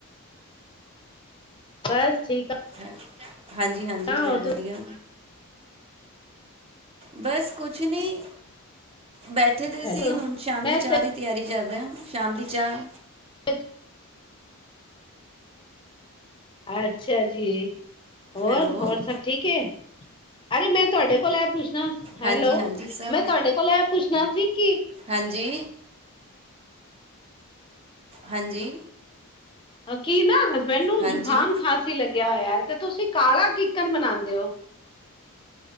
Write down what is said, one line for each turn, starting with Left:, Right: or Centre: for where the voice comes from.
Left: ਬਸ ਠੀਕ ਆ।
Right: ਹੈ, ਹਾਂਜੀ-ਹਾਂਜੀ, ਮੈਂ
Left: ਹੋਰ
Right: ਵਦੀਆ। ਬਸ ਕੁਛ ਨਈ, ਬੈਠੇ ਦੇ
Left: ਹੈਲੋ
Right: ਸੀ, ਹੁਣ ਸ਼ਾਮ
Left: ਮੈਂ
Right: ਦੀ ਚਾਹ ਦੀ ਤਿਆਰੀ ਕਰ ਰਿਹਾ ਹਾਂ। ਸ਼ਾਮ ਦੀ ਚਾਹ।
Left: ਅੱਛਾ ਜੀ। ਅੱਛਾ ਜੀ। ਹੋਰ,
Right: ਹੈਲੋ
Left: ਹੋਰ ਸਭ ਠੀਕ ਹੈ। ਅਰੇ ਮੈਂ ਤੁਹਾਡੇ ਕੋਲ ਇਹ ਪੁੱਛਣਾ ਹੈਲੋ,
Right: ਹਾਂਜੀ ਹਾਂਜੀ ਸਰ
Left: ਮੈਂ ਤੁਹਾਡੇ ਕੋਲ ਐ ਪੁੱਛਣਾ ਸੀ ਕਿ?
Right: ਹਾਂਜੀ। ਹਾਂਜੀ।
Left: ਕੀ ਨਾ ਹਸਬੈਂਡ ਨੂੰ
Right: ਹਾਂਜੀ
Left: ਜੁਕਾਮ, ਖਾਸੀ ਲੱਗਿਆ ਹੋਇਆ ਹੈ। ਤੇ ਤੁਸੀਂ ਕਾਹੜਾ ਕਿਕਨ ਬਣਾਉਂਦੇ ਹੋ।